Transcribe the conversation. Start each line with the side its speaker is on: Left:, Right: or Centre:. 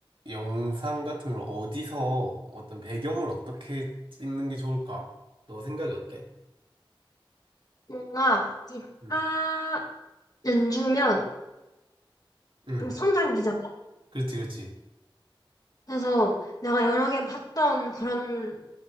Right: 영상 같은 걸 어디서 어떤 배경을 어떻게 찍는 게 좋을까? 너 생각이 어때?
Left: 뭔가 기타
Right: 응,
Left: 연주면
Right: 응,
Left: 성장기잖아.
Right: 그렇지, 그렇지.
Left: 그래서 내가 여러 개 봤던 그런